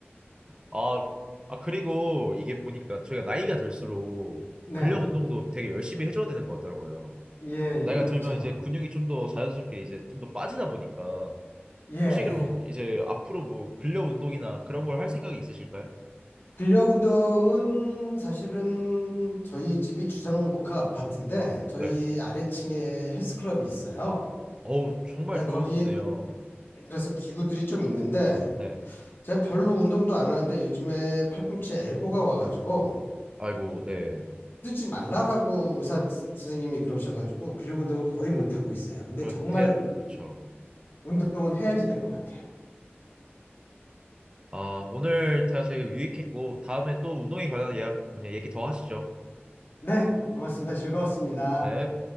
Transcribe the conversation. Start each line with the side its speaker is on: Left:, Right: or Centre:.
Right: 아, 아, 그리고 이게 보니까 저희가 나이가 들수록
Left: 네.
Right: 근력 운동도 되게 열심히 해줘야 되는 것 같더라고요.
Left: 예,
Right: 나이가
Left: 그렇죠.
Right: 들면 이제 근육이 좀 더 자연스럽게 이제 좀 더 빠지다 보니까
Left: 예.
Right: 혹시 그럼 이제 앞으로 뭐 근력 운동이나 그런 걸 할 생각이 있으실까요?
Left: 근력 운동은 사실은 저희 집이 주상복합 아파트인데 저희
Right: 네.
Left: 아래층에 헬스클럽이 있어요.
Right: 어우, 정말
Left: 예,
Right: 좋네요.
Left: 거기 그래서 기구들이 좀 있는데
Right: 네.
Left: 제가 별로 운동도 안 하는데 요즘에 팔꿈치에 엘보가 와가지고
Right: 아이고, 네.
Left: 쓰지 말라라고 의사 선생님이 그러셔가지고 근력 운동을 거의 못 하고 있어요. 근데
Right: 그렇대
Left: 정말
Right: 그렇죠.
Left: 운동은 해야지 될 것 같아요.
Right: 아, 오늘 대화 되게 유익했고, 다음에 또 운동에 관한 예약, 뭐냐, 얘기 더 하시죠.
Left: 네, 고맙습니다. 즐거웠습니다.
Right: 네.